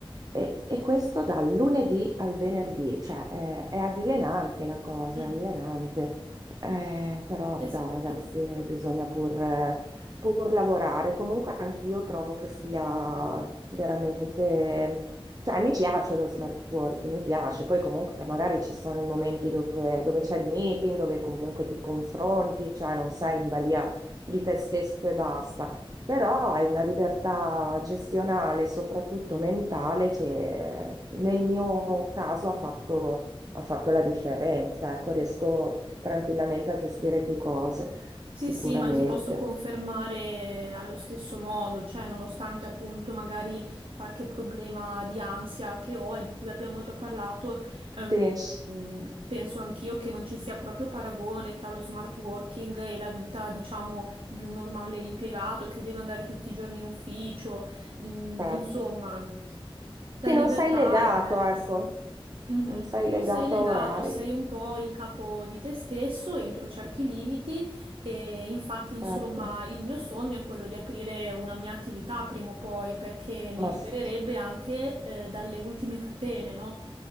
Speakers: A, on the right; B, on the right.
A: E, e questo dal lunedì al venerdì, cioè eh, è alienante la cosa,
B: Mm,
A: è alienante. Eh, però
B: esatto.
A: vabbè ragazzi, eh, bisogna pur, eh, pur lavorare. Comunque anch'io trovo che sia veramente... Cioè mi piace lo smart working, mi piace. Poi comunque magari ci sono i momenti dove, dove c'è il meeting, dove comunque ti confronti, cioè non sei in balia di te stesso e basta. Però hai una libertà gestionale, soprattutto mentale, che nel mio caso ha fatto, ha fatto la differenza. Ecco, riesco tranquillamente a gestire più cose,
B: Sì,
A: sicuramente.
B: sì, ma ti posso confermare allo stesso modo, cioè nonostante appunto magari qualche problema di ansia che ho e di cui abbiamo già parlato, ehm,
A: Sì,
B: mh, penso anch'io che non ci sia proprio paragone tra lo smart working e la vita, diciamo, di un normale impiegato che deve andare tutti i giorni in ufficio. Mm,
A: certo.
B: insomma, la
A: Sì,
B: libertà
A: non sei legato,
B: è diversa.
A: ecco,
B: Mhm.
A: non sei
B: Non
A: legato
B: sei legato,
A: a orari,
B: sei un po' il capo di te stesso entro certi limiti e infatti, insomma,
A: certo.
B: il mio sogno è quello di aprire una mia attività prima o poi perché mi
A: Ma
B: libererebbe
A: s-
B: anche eh, dalle ultime catene, no?